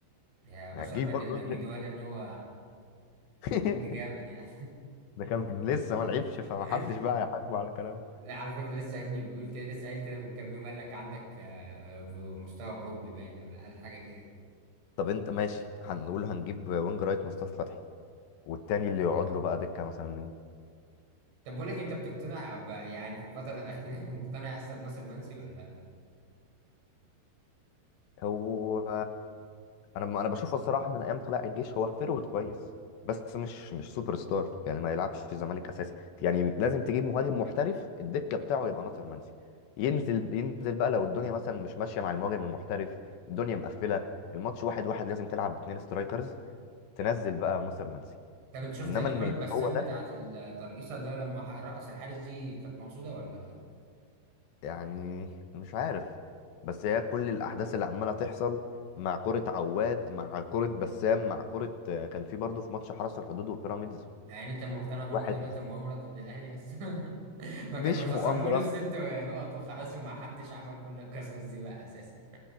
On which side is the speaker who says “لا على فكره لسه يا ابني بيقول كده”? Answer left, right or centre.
Right